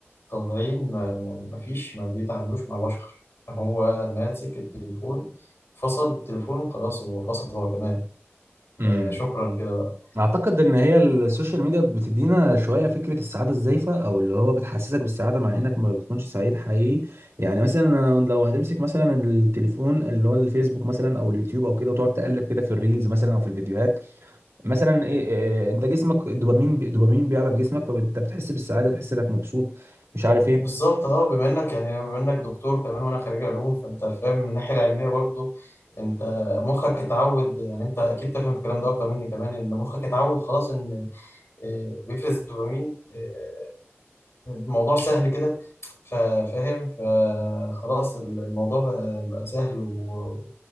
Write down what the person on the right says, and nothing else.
ايوه
اعتقد ان هي السوشيال ميديا بتدينا شويه فكره السعاده الزائفه او اللي هو بتحسسك بالسعاده مع انك ما بتكونش سعيد حقيقي يعني مثلا انا لو هتمسك مثلا التليفون اللي هو الفيسبوك مثلا او اليوتيوب او كده وتقعد تقلب كده في الريلز مثلا او في الفيديوهات مثلا ايه إيه، إيه، انت جسمك الدوبامين الدوبامين بيعلى في جسمك فانت بتحس بالسعاده تحس انك مبسوط مش عارف
ايه